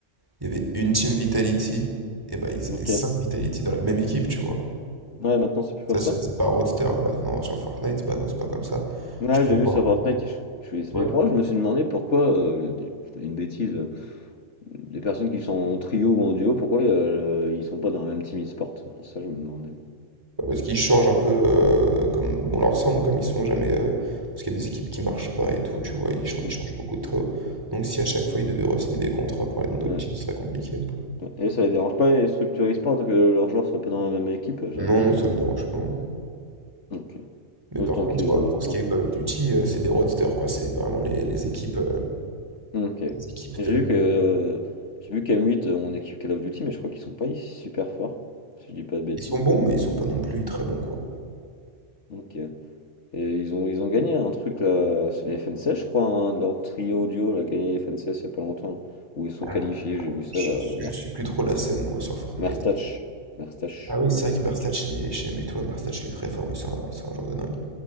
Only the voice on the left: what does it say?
Ok.
Ouais, maintenant c'est plus
comme
ça.
Ouais,
j'ai
vu sur Fortnite, ils chou- ils choisissent.
Mais pourquoi je me suis demandé pourquoi, euh, je dis une bêtise, euh, les personnes qui sont en trio ou en duo, pourquoi euh, ils sont pas dans la même team e-sport? Ça, je me demandais.
Mm.
Ouais,
Et ça les dérange pas, ils structurent e-sport que leurs joueurs soient pas dans la même équipe à chaque
fois.
Ok.
Autant
que.
autant-
Ok.
J'ai
vu que. euh, J'ai vu qu'M8, on équipe Call of Duty, mais je crois qu'ils sont pas super forts, si je dis pas de bêtises.
Ok. Et ils ont, ils ont gagné un truc là, c'est la FNCS, je crois, hein, leur trio audio a gagné la FNCS il y a pas longtemps, où ils sont
qualifiés, j'ai vu ça
là,
Merst-
Merstach. Merstach, je
crois,
Merstach.